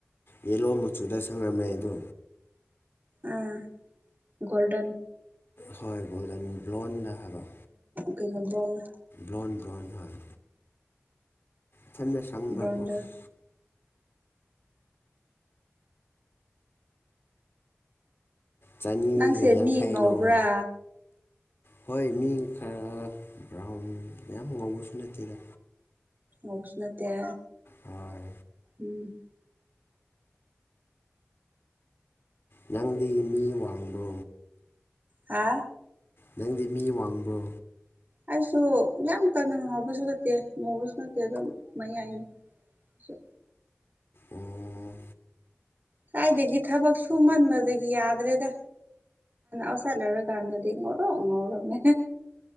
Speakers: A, on the left; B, on the right.
A: ꯌꯦꯂꯣ ꯃꯆꯨꯗ ꯁꯪꯉꯝꯃꯦ ꯑꯗꯨ
B: ꯑꯝ ꯒꯣꯜꯗꯟ
A: ꯍꯣꯏ ꯣꯜꯗꯟ ꯕ꯭ꯂꯣꯟꯗ ꯍꯥꯏꯕꯣ
B: ꯀꯩꯅꯣꯗ
A: ꯭ꯂꯣꯟ ꯭ꯂꯣꯟ ꯍꯣꯏ ꯆꯅ ꯁꯪꯕ
B: ꯕ꯭ꯔꯥꯎꯟꯗ
A: ꯑꯣꯐ ꯆꯅꯤꯒ
B: ꯅꯪꯁꯦ
A: ꯌꯥꯡꯈꯩ
B: ꯃꯤ ꯉꯕ꯭ꯔꯥ
A: ꯂꯧꯋꯦ ꯍꯣꯏ ꯃꯤ ꯈꯔ ꯕ꯭ꯔꯥꯎꯟ ꯌꯥꯝ ꯉꯧꯕꯁꯨ ꯅꯠꯇꯦꯗ
B: ꯑꯣ ꯁꯅ ꯇ
A: ꯍꯣꯏ
B: ꯎꯝ
A: ꯅꯪꯗꯤ ꯃꯤ ꯋꯥꯡꯕꯣ
B: ꯍꯥ
A: ꯅꯪꯗꯤ ꯃꯤ ꯋꯥꯡꯕ꯭ꯔꯣ
B: ꯑꯩꯁꯨ ꯌꯥꯝ ꯀꯟꯅ ꯉꯥꯎꯕꯁꯨ ꯅꯠꯇꯦ ꯉꯨꯕꯁꯨ ꯅꯠꯇꯦ ꯑꯗꯨꯝ ꯃꯌꯥꯏꯅꯤ ꯑ
A: ꯑꯣ
B: ꯁꯋꯥꯏꯗꯒꯤ ꯊꯕꯛ ꯁꯨꯃꯟꯕꯗꯒꯤ ꯌꯥꯗ꯭ꯔꯦꯗ ꯑꯁꯂꯔ ꯀꯥꯟꯗꯗꯤ ꯏꯉꯣꯔꯣ ꯑꯉꯣꯔꯃꯦ